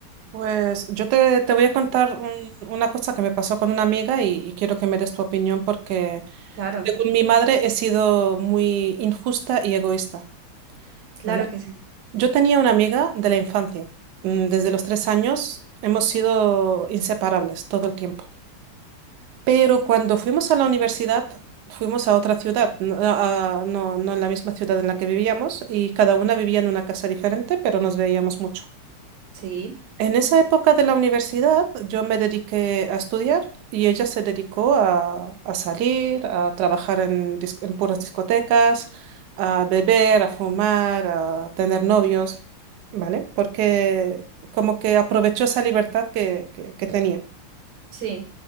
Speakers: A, on the right; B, on the right.
A: Pues yo te, te voy a contar un- una cosa que me pasó con una amiga y, y quiero que me des tu opinión porque
B: Claro,
A: según mi madre he sido muy injusta y egoísta,
B: claro
A: ¿vale?
B: que sí.
A: Yo tenía una amiga de la infancia. Mm, Desde los tres años hemos sido inseparables todo el tiempo. Pero cuando fuimos a la universidad, fuimos a otra ciudad, no, a- no, no en la misma ciudad en la que vivíamos, y cada una vivía en una casa diferente, pero nos veíamos mucho.
B: Sí,
A: En esa época de la universidad yo me dediqué a estudiar y ella se dedicó a, a salir, a trabajar en, dis- en puras discotecas, a beber, a fumar, a tener novios, ¿vale? Porque como que aprovechó esa libertad que, que que tenía.
B: sí.